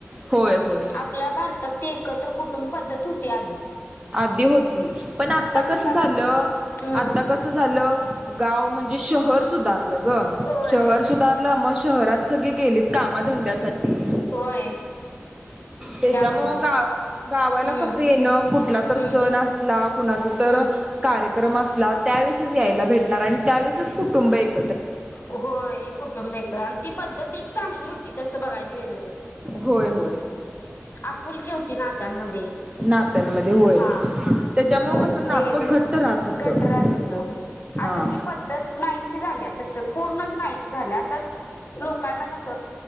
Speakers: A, on the right; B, on the left.
A: होय होय
B: आपल्या भारतात ते एकत्र कुटुंब पद्धत होती इत्यादी
A: आधी होती पण आता कस
B: छताखाली
A: झालं
B: हम्म
A: आता कस झालं गाव म्हणजे शहर सुधारलं
B: होय
A: शहर सुधारलं म शहरात सगळे गेलीत कामाधंद्यासाठी
B: होय
A: त्याच्यामु
B: त्यामुळं
A: गाव गावाला
B: हम्म
A: कस येणं कुठला तर
B: हम्म
A: सण असला कुणाच तर
B: हम्म
A: कार्य अक्रमास लालात त्यावेळेसच यायला भेटणार आणि त्यावेळेसच कुटुंब एक
B: ु होय कुटुंबे आणि ती पद्धती चांगली होती त तसं बघायला गेलं तर
A: होय होय
B: आपुलकी होती नात्यांमध्ये
A: नात्यांमध्ये होय
B: हा
A: त्याच्यामुळं
B: परत
A: कसं
B: प्रेम
A: नातं घट्ट राहत होतं
B: घट राहत होत
A: हा
B: आता ती पद्धत नाहीशी झाल्यात पूर्ण नाही झा आ लोकांना कस